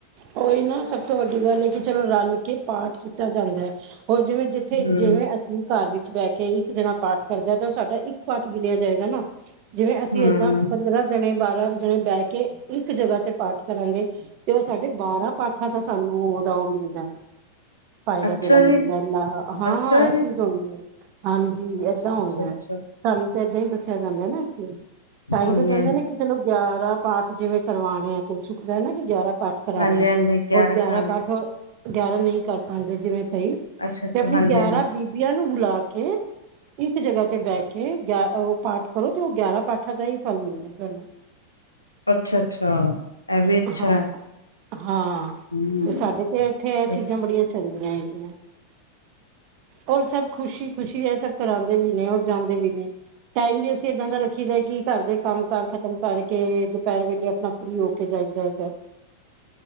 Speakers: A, on the right; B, on the left.
A: ਉਹੀ ਨਾ ਸਭ ਤੋਂ ਵੱਡੀ ਗੱਲ ਏ, ਕਿ ਚਲੋ ਰਲ ਕੇ ਪਾਠ ਕੀਤਾ ਜਾਂਦਾ ਐ। ਹੋਰ ਜਿਵੇਂ ਜਿੱਥੇ
B: ਹਮ
A: ਜਿਵੇਂ ਅਸੀਂ ਘਰ ਵਿੱਚ ਬਹਿ ਕੇ ਇੱਕ ਜਣਾ ਪਾਠ ਕਰਦਾ ਤੇ, ਉਹ ਸਾਡਾ ਇੱਕ ਪਾਠ ਗਿਣਿਆ ਜਾਏਗਾ ਨਾ ਜਿਵੇਂ ਅਸੀਂ
B: ਹਮ
A: ਏਦਾਂ ਪੰਦਰਾਂ ਜਣੇ, ਬਾਰਾਂ ਜਣੇ ਬਹਿ ਕੇ, ਇੱਕ ਜਗ੍ਹਾ ਪਾਠ ਕਰਾਂਗੇ, ਤੇ ਉਹ ਸਾਡੇ ਬਾਰਾਂ ਪਾਠਾਂ ਦਾ ਸਾਨੂੰ ਉਹਦਾ ਉਹ ਮਿਲ ਜਾਣਾ। ਫਾਇਦਾ
B: ਅੱਛਾ
A: ਜਿਹੜਾ ਮਿਲਦਾ,
B: ਜੀ
A: ਹਾਂ
B: ਅੱਛਾ
A: ਇਹ
B: ਜੀ
A: ਚੀਜ਼ ਹੁੰਦੀ ਹੈ। ਹਾਂਜੀ
B: ਅੱਛਾ
A: ਏਦਾਂ
B: ਅੱਛਾ
A: ਹੁੰਦਾ
B: ਅੱਛਾ
A: ਐ, ਸਾਨੂੰ ਏਦਾਂ ਹੀ ਦੱਸਿਆ ਜਾਂਦਾ ਨਾ ਕਿ, ਤਾਂ ਹੀ
B: ਹਾਂਜੀ
A: ਤੇ ਕਹਿੰਦੇ
B: ਹਾਂਜੀ
A: ਨੇ ਕਿ ਗਿਆਰਾਂ ਪਾਠ ਜਿਵੇਂ ਕਰਵਾਣੇ ਆ। ਸੁੁਖਦਾ ਨਾ ਕਿ ਗਿਆਰਾਂ ਪਾਠ ਕਰਾਣੇ
B: ਹਾਂਜੀ
A: ਐ,
B: ਹਾਂਜੀ
A: ਹੋਰ ਗਿਆਰਾਂ
B: ਕਰਾਣੇ
A: ਪਾਠ ਗਿਆਰਾਂ ਨਹੀਂ ਕਰ ਪਾਉਂਦੇ ਜਿਵੇਂ ਤੇ
B: ਅੱਛਾ ਅੱਛਾ
A: ਆਪਣੀ
B: ਹਾਂਜੀ
A: ਗਿਆਰਾਂ
B: ਹਾਂਜੀ
A: ਬੀਬੀਆਂ ਨੂੰ ਬੁਲਾ ਕੇ। ਇੱਕ ਜਗ੍ਹਾ ਤੇ ਬਹਿ ਕੇ ਉਹ ਪਾਠ ਕਰੋ ਤੇ ਉਹ ਗਿਆਰਾਂ ਪਾਠਾਂ ਦਾ ਹੀ ਫਲ ਮਿਲਦਾ ਤੁਹਾਨੂੰ।
B: ਅੱਛਾ ਅੱਛਾ ਇਹ ਵੀ ਅੱਛਾ
A: ਹਾਂ
B: ਹੈ।
A: ਹਾਂ
B: ਹੂੰ
A: ਤੇ ਸਾਡੇ ਤੇ ਇੱਥੇ
B: ਸਹੀ
A: ਇਹ ਚੀਜ਼ਾਂ ਬੜੀਆਂ ਚੱਲਦੀਆਂ ਹੈਗੀਆਂ। ਹੋਰ ਸਭ ਖੁਸ਼ੀ ਖੁਸ਼ੀ ਇਹ ਸਭ ਕਰਾਉਂਦੇ ਵੀ ਨੇ ਹੋਰ ਜਾਂਦੇ ਵੀ ਨੇ। ਟਾਈਮ ਵੀ ਅਸੀਂ ਏਦਾਂ ਦਾ ਰੱਖੀ ਦਾ ਕਿ ਘਰ ਦੇ ਕੰਮ ਕਾਰ ਖ਼ਤਮ ਕਰਕੇ ਦੁਪਹਿਰ ਵੇਲੇ ਆਪਣਾ ਫਰੀ। ਜਾਈਦਾ ਹੈਗਾ।